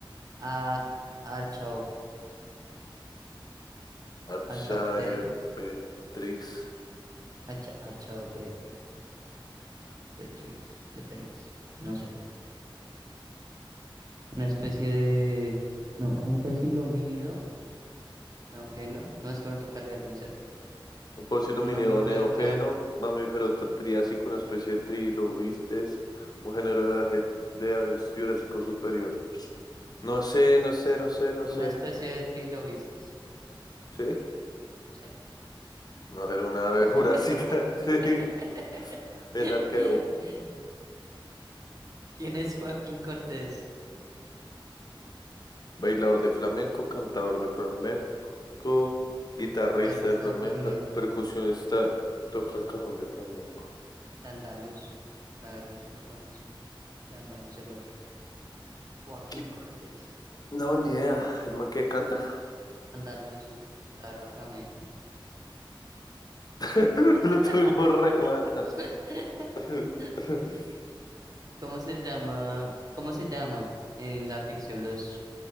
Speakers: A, on the right; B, on the left.
A: a- Archaeopteryx?
B: Archaeopteryx,
A: Archaeopteryx? Archa- Archaeopteryx. Petrix. Petrix. No sé. Una especie de... No, un fósil homínido. No, que no. No es que me toca leer muy cerca.
B: un posidominio
A: Un mamífero
B: neógeno,
A: del triángulo.
B: mamífero tr- triásico, una especie de trilobites, un género de, aje- de aves jurásico superior. No sé, no sé, no sé, no sé.
A: Una especie de trilobites.
B: ¿Sí?
A: Sí.
B: No era una
A: <laughs>
B: ave jurásica. <laughs> Sí, el Archaeopteryx.
A: ¿Quién es Joaquín Cortés?
B: Bailador de flamenco, cantador de flamenco, guitarrista
A: Guitarrista
B: de flamenca,
A: flamenco.
B: percusionista, toca el cajón de flamenco.
A: De Andaluz. Claro, yo lo conocí. De Andaluz el hombre. Joaquín
B: ¿Qué?
A: Cortés.
B: No, ni idea. ¿El man que canta?
A: Andaluz y guitarra flamenco.
B: <laughs>
A: <laughs>
B: Lo tuvimos re mal. <laughs>
A: ¿Cómo se llama, cómo se llaman en la ficción los